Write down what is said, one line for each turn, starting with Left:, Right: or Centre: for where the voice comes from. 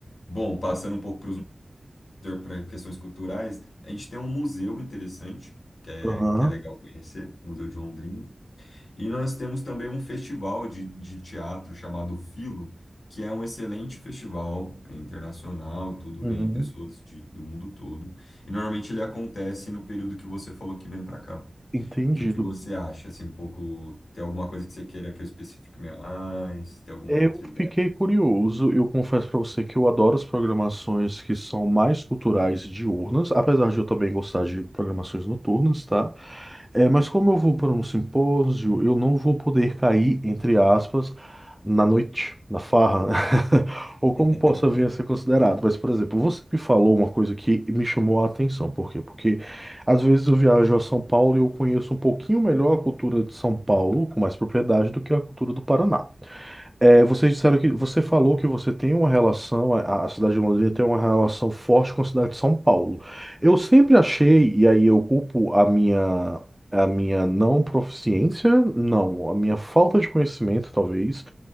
Left: Bom, passando um pouco para questões culturais, a gente tem um museu interessante, que é,
Centre: Aham,
Left: que é legal conhecer, o Museu de Londrina. E nós temos também um festival de, de teatro chamado Filo, que é um excelente festival é internacional, tudo
Centre: uhum.
Left: vem pessoas de, do mundo todo. E normalmente ele acontece no período que você falou que vem para cá. O
Centre: Entendido.
Left: que que você acha? Assim, um pouco, tem alguma coisa que você queira que eu especifique mais? Tem alguma
Centre: Eu
Left: outra ideia?
Centre: fiquei curioso. Eu confesso para você que eu adoro as programações que são mais culturais e diurnas, apesar de eu também gostar de programações noturnas, tá? É, mas como eu vou para um simpósio, eu não vou poder cair, entre aspas, na noite, na farra, <laughs> ou como
Left: <laughs>
Centre: possa vir a ser considerado. Mas, por exemplo, você me falou uma coisa que me chamou a atenção. Por quê? Porque às vezes eu viajo a São Paulo e eu conheço um pouquinho melhor a cultura de São Paulo, com mais propriedade, do que a cultura do Paraná. É, vocês disseram que você falou que você tem uma relação, a, a cidade de Londrina tem uma relação forte com a cidade de São Paulo. Eu sempre achei, e aí eu culpo a minha, a minha não proficiência, não, a minha falta de conhecimento, talvez,